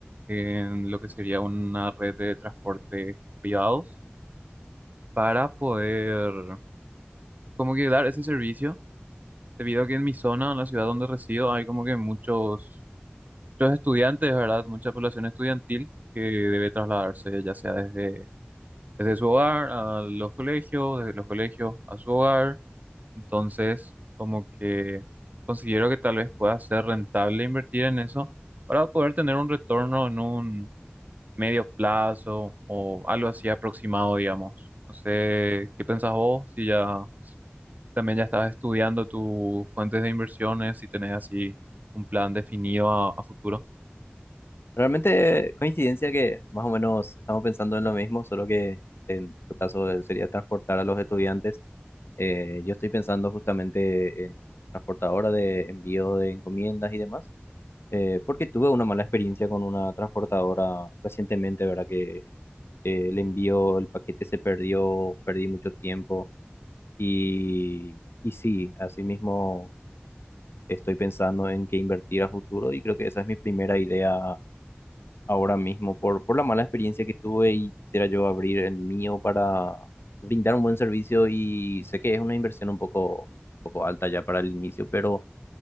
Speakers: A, on the right; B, on the left.
A: en lo que sería una red de transporte privados para poder como que dar ese servicio, debido a que en mi zona, en la ciudad donde resido, hay como que muchos, muchos estudiantes, ¿verdad? Mucha población estudiantil que debe trasladarse ya sea desde desde su hogar a los colegios, desde los colegios a su hogar. Entonces, como que considero que tal vez pueda ser rentable invertir en eso para poder tener un retorno en un medio plazo o algo así aproximado, digamos. No sé, ¿qué pensás vos? Si ya también ya estás estudiando tus fuentes de inversiones, si tenés así un plan definido a, a futuro.
B: Realmente coincidencia que más o menos estamos pensando en lo mismo, solo que en tu caso eh, sería transportar a los estudiantes. Eh, yo estoy pensando justamente en transportadora de envío de encomiendas y demás, eh, porque tuve una mala experiencia con una transportadora recientemente, ¿verdad? Que eh, el envío, el paquete se perdió, perdí mucho tiempo y, y sí, asimismo estoy pensando en qué invertir a futuro y creo que esa es mi primera idea ahora mismo por, por la mala experiencia que tuve y quisiera yo abrir el mío para brindar un buen servicio y sé que es una inversión un poco, un poco alta ya para el inicio, pero